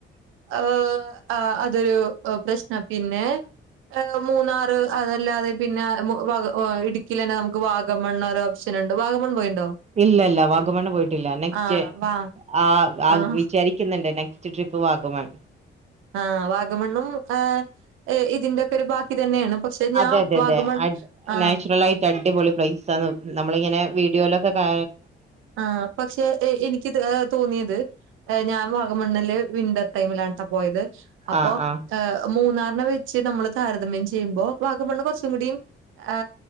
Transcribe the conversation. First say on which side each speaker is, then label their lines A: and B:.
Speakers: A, on the right; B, on the right.
A: ഏ ആ അതൊരു പ്രശ്നം പിന്നെ എ ഇപ്പം മൂന്നാറ് അതല്ലാതെ പിന്നെ മു വ ഇടുക്കിലെന്നെ നമുക്ക് വാഗമണ്ണ് ഒര് ഓപ്ഷൻ ഇണ്ട് വാഗമൺ പോയിണ്
B: ഇല്ല ഇല്ല വാഗമണ്ണ് പോയിട്ടില്ല നെക്സ്റ്റ്
A: ആഹ് വാ
B: ആ
A: ആഹ്
B: വ് വിചാരിക്ക്‌ ണ്ട് നെക്സ്റ്റ് ട്രിപ്പ് വാഗമൺ
A: ആ വാഗമണ്ണും ഏ ഇതിന്റെക്കെ ഒരു ബാക്കി തന്നെയാണ് പക്ഷെ ഞാൻ
B: അതെ അതെ
A: വാഗമൺ
B: അതെ അത്
A: ആഹ്
B: നാച്ചുറലാ യിട്ട് അടിപൊളി പ്ലൈസാന്ന് നമ്മളിങ്ങനെ വീഡിയോലൊ ക്ക കാ
A: ആ പക്ഷെ എ എനിക്ക് ഏ തോന്നിയത് ഏ ഞാൻ വാഗമണ്ണ്ല് വിന്റർ ടൈമിലാണ് ട്ട പോയത് അപ്പോ
B: ആഹ് ആഹ്
A: ആ മൂന്നാറിന വെച്ച് നമ്മള് താരതമ്യം ചെയ്യുമ്പോ വാഗമണ്ണ് കൊറച്ചും കൂടി ഏ